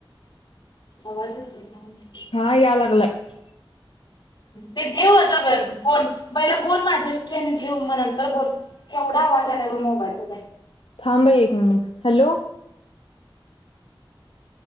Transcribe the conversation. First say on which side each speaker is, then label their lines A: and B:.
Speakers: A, on the left; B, on the left.
A: आवाज येतोय का..
B: हा या लागलाय
A: ते ठेऊ आता फोन पहिला बोल माझ्याशी ठेऊ मग नंतर बोल एवढा आवाज आलाय बघ मोबाईलचा त्या..
B: थांब एक मिनिट हॅलो